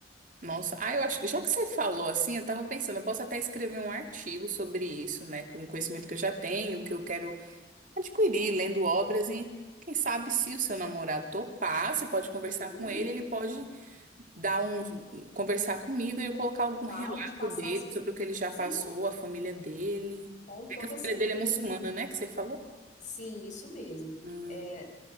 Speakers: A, on the right; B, on the left.
A: Nossa, ah, eu acho, já que você falou assim, eu tava pensando, eu posso até escrever um artigo sobre isso, né, com o conhecimento que eu já tenho, que eu quero adquirir, lendo obras e quem sabe se o seu namorado topar, você pode conversar
B: Sim,
A: com ele, ele pode dar um conversar comigo e eu colocar algum
B: Claro,
A: relato
B: de passar
A: dele
B: as... pe-
A: sobre o que ele já
B: Sim,
A: passou, a família dele.
B: Com toda
A: É que a família
B: certeza,
A: dele é muçulmana,
B: ele...
A: né, que você falou?
B: sim, isso mesmo.
A: Hum,
B: É,